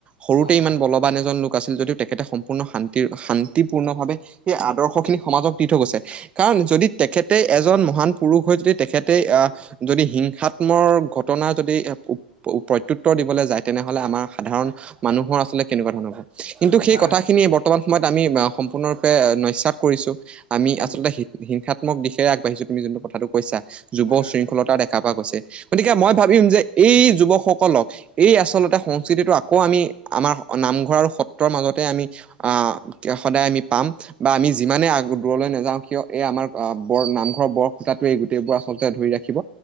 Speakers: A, on the right; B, on the left.
A: সৰুতে
B: হয় হয়
A: ইমান বল লোক আছিল যদিও তেখেতে সম্পূৰ্ণ শান্তি শান্তিপূৰ্ণ ভাৱে সেই আদৰ্শ খিনি সমাজক দি থৈ গৈছে। কাৰণ যদি তেখেতে এজন মহান পুৰুষ হৈ যদি তেখেতে আহ, যদি হিংসাত্মৰ ঘটনা যদি এ উপ প্ৰত্যুত্তৰ দিবলৈ যায় তেনেহলে আমাৰ সাধাৰণ মানুহৰ আচলতে কেনেকুৱা ধৰণৰ হ'ব। কিন্তু সেই
B: হয়
A: কথাখিনি
B: হয়
A: বৰ্তমান সময়ত আমি সম্পূৰ্ণৰূপে নস্যাৎ কৰিছো। আমি
B: উম
A: আচলতে হিংসাত্মক দিশে আগাঢিছো তুমি যোনটো কথাটো কৈছা যুৱ
B: হয় হয়
A: শৃংখলতা দেখা দেখা পা কৈছে, গতিকে মই ভাবিম যে এই যুৱকসকলক এই আচলতে সংস্কৃতিটো আকৌ আমি আমাৰ নামঘৰ আৰু সত্ৰৰ মাজতে আমি আহ তেতিয়া সদায় আমি পাম, বা আমি যিমানে আগ দূৰলৈ নাযাও কিয়, এই আমাৰ বৰ নামঘৰৰ বৰ খুটাটোৱে এই গোটেইবোৰ আচলতে ধৰি ৰাখি থাকিব।